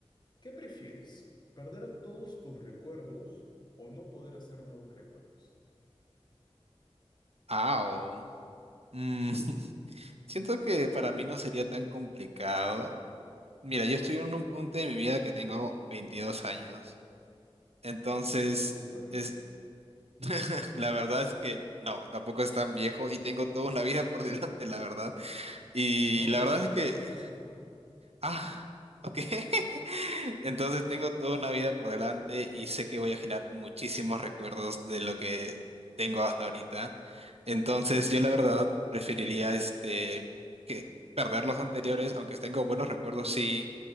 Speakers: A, on the left; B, on the right.
A: ¿Qué prefieres? ¿Perder todos tus recuerdos o no poder hacer nuevos recuerdos?
B: Au. Mm, <laughs> siento que para mí no sería tan complicado. Mira, yo estoy en un punto de mi vida que tengo 22 años. Entonces,
A: Súper viejo.
B: es, <laughs> la verdad es que no, tampoco es tan viejo y tengo toda una vida por <laughs> delante, la verdad. Y
A: No, obviamente
B: la verdad es
A: era
B: que
A: sarcasmo. <laughs>
B: Ah, ok. <laughs> Entonces tengo toda una vida por delante y sé que voy a generar muchísimos recuerdos de lo que tengo hasta ahorita. Entonces yo la verdad preferiría este que perder los anteriores, aunque tengo buenos recuerdos, sí,